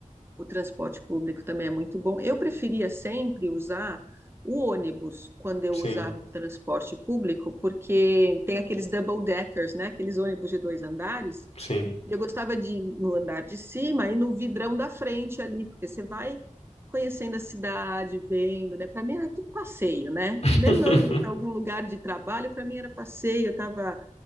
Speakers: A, on the right (about 20°); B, on the left (about 50°).
A: o transporte público também é muito bom. Eu preferia sempre usar o ônibus quando eu
B: Sim,
A: usava o transporte público, porque tem aqueles double deckers, né? Aqueles ônibus de dois andares.
B: sim.
A: E eu gostava de ir no andar de cima e no vidrão da frente ali, porque você vai conhecendo a cidade, vendo, né? Para mim era tudo passeio, né?
B: <laughs>
A: Mesmo eu indo para algum lugar de trabalho, para mim era passeio, eu estava